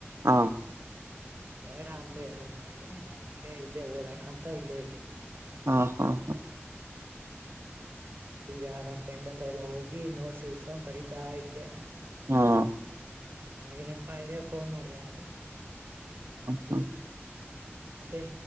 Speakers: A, on the right; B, on the right.
A: ಹಾ
B: ಬೇಡ ಅಂತ ಹೇಳಿದ್ರು ಮನೇಲಿ ಅದಕ್ಕೆ ಇಲ್ಲೇ ಓದೋಣ ಅಂತ ಇಲ್ಲೇ ಇದೀನಿ.
A: ಹಾ ಹಾ ಹಾ
B: ಈಗ ನಾ ಫ್ರೆಂಡ್ ಹತ್ರ ಎಲ್ಲ ಹೋಗಿ ನೋಟ್ಸ್ ಇಸ್ಕೊಂಡ್ ಬರಿತಾ ಇದ್ದೆ.
A: ಹಾ ಹಾ
B: ಹಾಗೆ ನೆನಪಾದೆ ಫೋನ್ ಮಾಡಿದೆ ಹಾಗೆ
A: ಹಾ
B: ಮತ್ತೆ